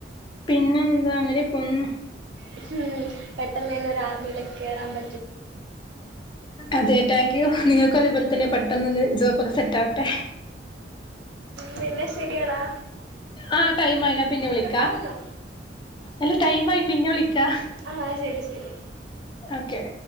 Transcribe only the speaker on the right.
മ്മ്ഹ്, പെട്ടെന്ന്നെ ഒരു ആർമിയിലേക്ക് കേറാൻ പ
പിന്നെ ശെരിയടാ.
പറഞ്ഞോ
ആഹ്, ശരി ശരി.